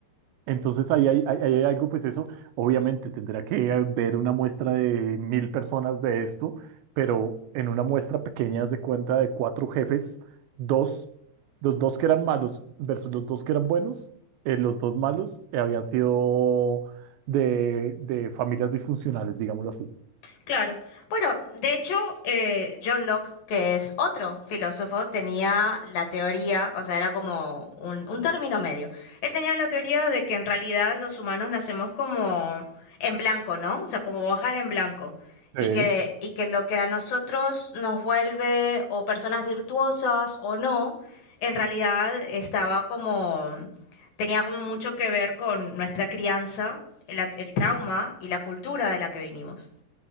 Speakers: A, on the right; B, on the left.
A: Entonces ahí hay, ahí hay algo, pues eso, obviamente tendrá que eh, ver una muestra de mil personas de esto, pero en una muestra pequeña haz de cuenta de cuatro jefes, dos, los dos que eran malos versus los dos que eran buenos, eh, los dos malos eh, habían sido de, de familias disfuncionales, digámoslo así.
B: Claro. Bueno, de hecho, eh, John Locke, que es otro filósofo, tenía la teoría, o sea, era como un, un término medio. Él tenía la teoría de que en realidad los humanos nacemos como en blanco, ¿no? O sea, como hojas en blanco. Y
A: Sí.
B: que, y que lo que a nosotros nos vuelve o personas virtuosas o no, en realidad estaba como, tenía como mucho que ver con nuestra crianza, el, el trauma y la cultura de la que vinimos.